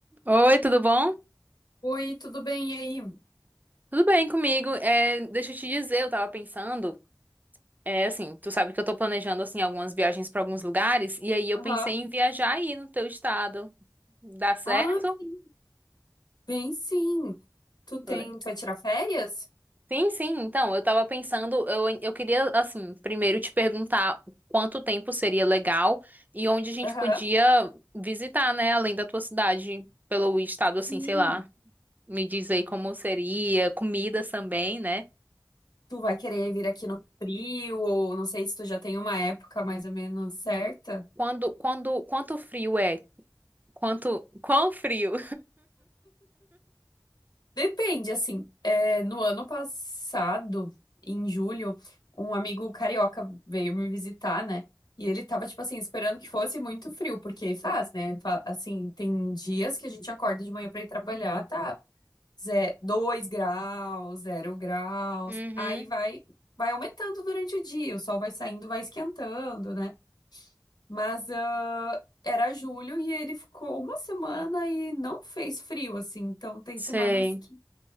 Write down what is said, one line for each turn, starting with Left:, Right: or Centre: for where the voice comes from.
Right: Oi, tudo bom?
Left: Oi, tudo bem e aí?
Right: Tudo bem comigo? É, deixa eu te dizer, eu tava pensando, é assim, tu sabe que eu tô planejando assim algumas viagens pra alguns lugares e aí eu pensei
Left: Aham.
Right: em viajar aí no teu estado. Dá certo?
Left: Ah, sim, bem sim. Tu tem,
Right: Le-
Left: tu vai tirar férias?
Right: Sim, sim. Então, eu tava pensando, eu, eu queria assim, primeiro te perguntar quanto tempo seria legal e onde a gente
Left: Aham.
Right: podia visitar, né, além da tua cidade, pelo estado assim,
Left: Sim.
Right: sei lá. Me diz aí como seria, comidas também, né?
Left: Tu vai querer vir aqui no frio, ou não sei se tu já tem uma época mais ou menos certa.
Right: Quando, quando, quanto frio é? Quanto, quão frio.
Left: Depende, assim. É, no ano passado, em julho, um amigo carioca veio me visitar, né? E ele tava, tipo assim, esperando que fosse muito frio, porque faz, né? Fa- Assim, tem dias que a gente acorda de manhã pra ir trabalhar, tá. ze- dois graus, zero graus.
Right: Uhum.
Left: Aí vai, vai aumentando durante o dia, o sol vai saindo, vai esquentando, né? Mas ah, era julho e ele ficou uma semana e não fez frio, assim. Então tem
Right: Sei.
Left: semanas que,